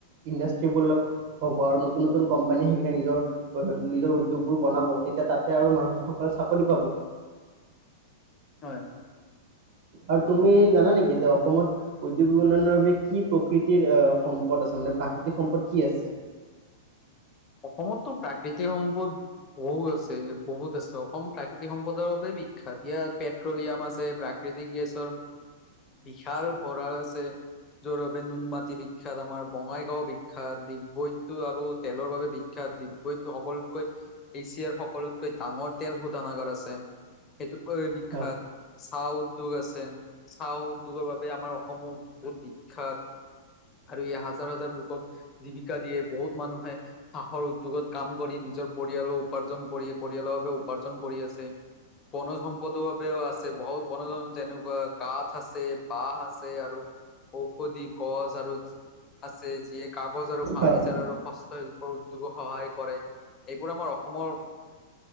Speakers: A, on the right; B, on the left.
A: ইণ্ডাষ্ট্ৰিবোৰ হ'ব আৰু নতুন নতুন কোম্পানী আহিলে নিজৰ নিজৰ উদ্যোগবোৰ বনাব তেতিয়া তাতে আৰু মানুহসকলে চাকৰি পাব
B: হয়
A: আৰু তুমি জানা নেকি যে অসমত উদ্যোগিক উন্নয়নৰ বাবে কি প্ৰকৃতিৰ আহ সম্পদ আছে মানে প্ৰাকৃতিক সম্পদ কি আছে
B: অসমততো প্ৰাকৃতিক সম্পদ বহু আছে বহুত আছে অসম প্ৰাকৃতিক সম্পদৰ বাবে বিখ্যাত ইয়াত পেট্ৰলিয়াম আছে প্ৰাকৃতিক গেছৰ বিশাল ভঁৰাল আছে। যৰ বাবে নুনমাটি বিখ্যাত আমাৰ বঙাইগাঁও বিখ্যাত ডিগবৈটো আৰু তেলৰ বাবে বিখ্যাত ডিগবৈত সকলকৈ এচিয়া সকলোতকৈ ডাঙৰ তেল শোধানাগাৰ আছে সেইটো বিখ্যাত
A: হয়
B: চাহ উদ্যোগ আছে চাহ উদ্যোগৰ বাবে আমাৰ অসমো বহুত বিখ্যাত। আৰু এই হাজাৰ হাজাৰ লোকক জীৱিকা দিয়ে বহুত মানুহে চাহৰ উদ্যোগত কাম কৰি নিজৰ পৰিয়ালো উপাৰ্জন কৰি পৰিয়ালৰ বাবে উপাৰ্জন কৰি আছে। বনজ সম্পদৰ বাবেও আছে বহু বনজ যেনেকুৱা কাঠ আছে বহ আছে আৰু ঔষধি গছ আৰু আছে যিয়ে কাগজ আৰু ফাৰ্ণিচাৰ
A: হয়
B: আৰু হস্তশিল্ প উদ্যোগক সহায় কৰে এইবোৰ আমাৰ অসমৰ।